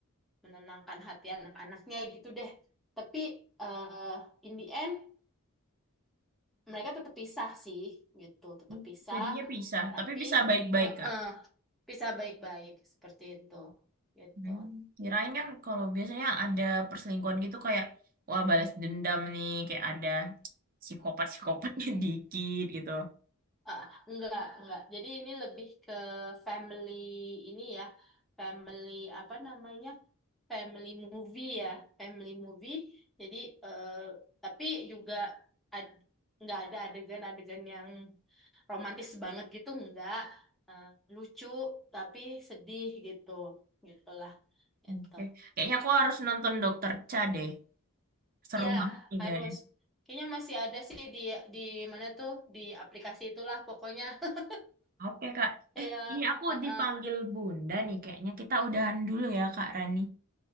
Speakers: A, in the centre; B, on the right.
A: menenangkan hati anak-anaknya gitu deh tapi eh in the end mereka tetap pisah sih gitu tetap
B: Hmm,
A: pisah
B: Jadinya bisa.
A: tapi
B: Tapi bisa baik-baik
A: heeh,
B: kak.
A: pisah baik-baik seperti itu gitu
B: Hmm, kirain kan kalau biasanya ada perselingkuhan gitu kayak wah balas dendam nih kayak ada psikopat-psikopatnya <laughs> dikit gitu.
A: ah enggak enggak jadi ini lebih ke family ini ya family apa namanya family movie ya family movie jadi eh, tapi juga ad- enggak ada adegan-adegan yang romantis banget gitu enggak Eh, lucu tapi sedih gitu gitulah itu
B: Oke, kayaknya aku harus nonton Dokter Cha deh. Seru
A: Ya,
B: banget nih
A: harus.
B: kayaknya.
A: Kayaknya masih ada sih di di mana tuh di aplikasi itulah pokoknya. <laughs>
B: Oke Kak.
A: Ya,
B: Eh, iya aku
A: heeh.
B: dipanggil Bunda nih kayaknya. Kita udahan dulu ya Kak Rani.